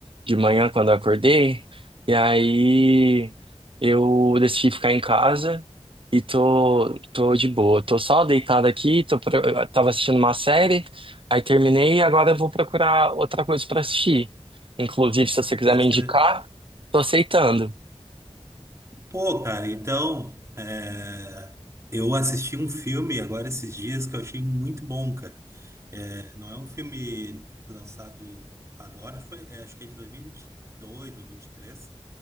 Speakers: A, on the right (about 50°); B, on the right (about 25°).
A: de manhã quando eu acordei. E aí eu decidi ficar em casa e tô, tô de boa. Tô só deitado aqui, tô, pro- eu tava assistindo uma série, aí terminei e agora eu vou procurar outra coisa pra assistir. Inclusive, se você quiser
B: Pode
A: me indicar,
B: crer.
A: tô aceitando.
B: Pô, cara, então, é, eu assisti um filme agora esses dias que eu achei muito bom, cara. É, não é um filme lançado agora, foi, é, acho que é de 2022 ou 2023, e, três,